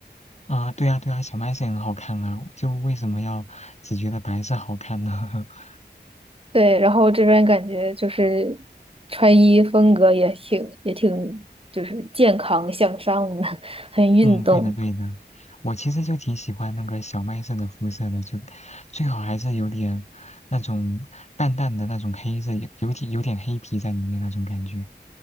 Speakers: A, on the left; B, on the right.
A: 啊、对啊，对啊，小麦是很好看啊，就为什么要只觉得白色好看呢？<laughs>
B: 对，然后这边感觉就是穿衣风格也挺也挺就是健康向上的，<laughs> 很运动。
A: 嗯，对的对的，我其实就挺喜欢那个小麦色的肤色的，就最好还是有点那种淡淡的那种黑色，有有点有点黑皮在里面那种感觉。